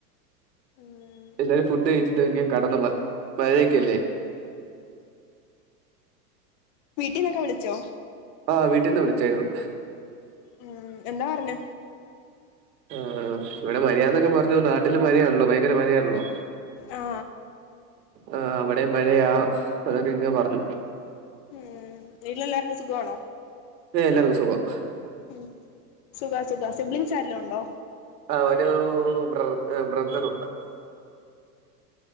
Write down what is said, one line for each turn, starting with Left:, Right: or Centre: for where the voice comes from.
Left: ഉം
Right: എല്ലാരും ഫുഡ് കഴിച്ചി ഫുഡ് കഴിക്കാൻ കടന്ന്മ മഴയെക്കെല്ലേ
Left: വീട്ടീന്നൊക്കെ വിളിച്ചോ
Right: ആഹ് വീട്ടിന്ന് വിളിച്ചായിരുന്നു
Left: ഉം എന്താ പറഞ്ഞു
Right: ആ ഇവിടെ മഴയാന്നൊക്കെ പറഞ്ഞു നാട്ടില് മഴയാണല്ലോ ഭയങ്കര മഴയാണല്ലോ
Left: അ ആ
Right: ആ അവിടെ മഴയാഅതൊക്കെ ഇങ്ങ് പറഞ്ഞു
Left: ഉം വീട്ടിലെല്ലാർക്കും സുഖവാണോ
Right: ഏ എല്ലർക്കും സുഗം
Left: ഉം സുഖ സുഖ സിബ്ലിങ്ങ്സ് ആരേലും ഉണ്ടോ
Right: ആ ഒരു ബ്രർ ബ്രദറുണ്ട്